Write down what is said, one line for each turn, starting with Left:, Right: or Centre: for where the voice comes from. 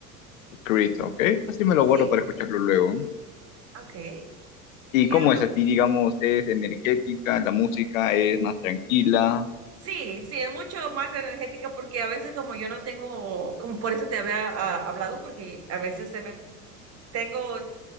Left: Creed, ¿ok? Así me lo
Right: Sí,
Left: guardo para escucharlo luego.
Right: ok.
Left: ¿Y
Right: Ya,
Left: cómo
Right: me-
Left: es así, digamos, es energética, la música es más tranquila?
Right: sí, sí, es mucho más energética porque a veces como yo no tengo, como por eso te había ah, hablado, porque a veces se me tengo,